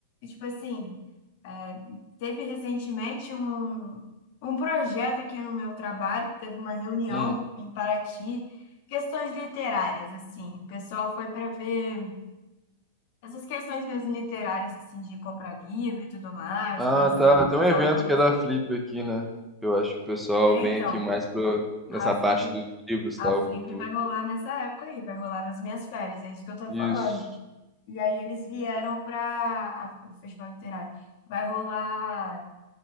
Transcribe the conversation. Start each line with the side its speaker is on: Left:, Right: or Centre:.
Left: tipo assim, é, teve recentemente um, um projeto aqui no meu trabalho, que teve uma reunião
Centre: Hum.
Left: em Paraty, questões literárias, assim. O pessoal foi para ver essas questões mesmo literárias, assim, de comprar livro e tudo mais,
Centre: Ah,
Left: conhecer
Centre: tá.
Left: os
Centre: Tem um evento
Left: autores.
Centre: que é da Flip aqui, né? Eu acho que o pessoal
Left: É,
Centre: vem
Left: então,
Centre: aqui mais pra, nessa
Left: a Flip,
Centre: parte dos livros,
Left: a
Centre: tal,
Left: Flip
Centre: cultura.
Left: vai rolar nessa época aí, vai rolar nas minhas férias, é isso que eu tô
Centre: Isso.
Left: falando. E aí eles vieram para o Festival Literário. Vai rolar,